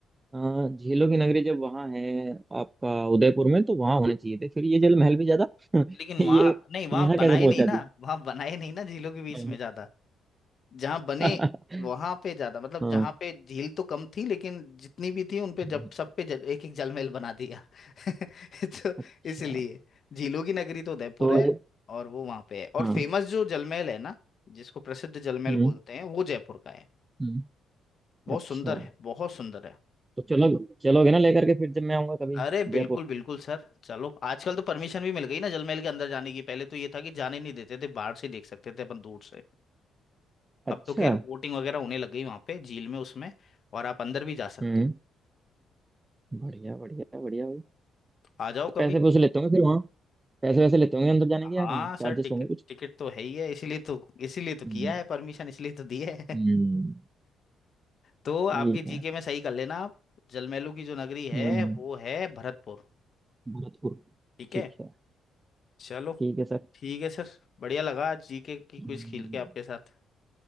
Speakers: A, on the right (about 20°); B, on the left (about 50°).
A: अ, झीलों की नगरी जब वहाँ है आपका उदयपुर में तो वहाँ होने चाहिए थे फिर ये जल महल भी ज्यादा <laughs>
B: लेकिन
A: ये
B: वहां नहीं वहां
A: यहाँ
B: बनाए
A: कैसे पहुंचा
B: नहीं ना
A: दिया
B: वहां बनाए नहीं ना झीलों के बीच
A: हम्म।
B: में ज्यादा जहां बने
A: <laughs>
B: वहां पे ज्यादा मतलब
A: हाँ
B: जहां पे झील तो कम थी लेकिन जितनी भी थी उन पे
A: हम्म,
B: जब सब पे जल, एक एक जलमहल बना दिया <laughs> तो
A: अच्छा
B: इसलिए झीलों की नगरी तो उदयपुर
A: तो
B: है
A: ये
B: और वो वहां पे है और
A: हाँ
B: फेमस जो जलमहल है ना जिसको प्रसिद्ध जलमहल
A: हम्म
B: बोलते हैं वो जयपुर का है
A: हम्म
B: बहुत
A: अच्छा
B: सुंदर है बहुत सुंदर है
A: तो चलो चलोगे ना लेकर के फिर जब मैं आऊंगा कभी
B: अरे
A: जयपुर
B: बिल्कुल बिल्कुल सर चलो आजकल तो परमिशन भी मिल गई ना जलमहल के अंदर जाने की पहले तो ये था कि जाने नहीं देते थे बाहर से देख सकते थे अपन दूर से
A: अच्छा
B: अब तो खैर बोटिंग वगैरह होने लग गई वहां पे झील में उसमें और आप अंदर भी जा सकते
A: हम्म
B: हो
A: बढ़िया बढ़िया बढ़िया भाई
B: आ जाओ
A: तो
B: कभी
A: पैसे वैसे लेते होंगे फिर वहाँ पैसे वैसे लेते होंगे अंदर जाने के या
B: हाँ
A: नहीं
B: सर
A: चार्जेस
B: टिकट
A: होंगे कुछ
B: टिकट तो है ही है इसीलिए तो इसीलिए तो
A: हम्म
B: किया है परमिशन इसलिए तो दी है <laughs>
A: हम्म,
B: तो आपकी
A: ये है
B: जीके में सही कर लेना आप जलमैलू की जो नगरी
A: हम्म
B: है वो है भरतपुर
A: भरतपुर
B: ठीक
A: ठीक
B: है
A: है
B: चलो
A: ठीक है सर
B: ठीक है सर बढ़िया लगा आज जीके की
A: हम्म,
B: कुछ खेल के आपके साथ